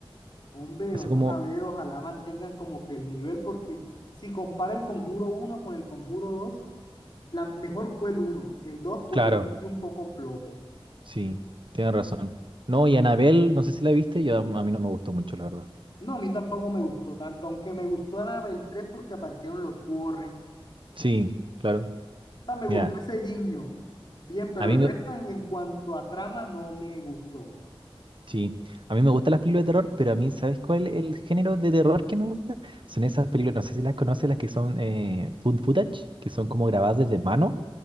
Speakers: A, on the left; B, on the right.
A: hombre,
B: Hace
A: vamos
B: como
A: a ver, ojalá mantengan como que el nivel, porque si compara el Conjuro uno con el Conjuro dos la mejor fue el uno el 2 fue,
B: Claro,
A: lo sentí un poco flojo.
B: sí, tienes razón. No, y Anabel, no sé si la viste, yo a mí no me gustó mucho, la verdad.
A: No, a mí tampoco me gustó tanto, aunque me gustó nada el 3 porque aparecieron los Warren.
B: Sí, claro.
A: O sea, me gustó
B: Mira,
A: ese guiño. Bien, pero
B: a mí
A: el
B: me,
A: resto en, en cuanto a trama no me gustó.
B: sí, a mí me gustan las películas de terror, pero a mí, ¿sabes cuál es el género de terror que me gusta? Son esas películas, no sé si las conoces, las que son eh, found footage, que son como grabadas desde mano.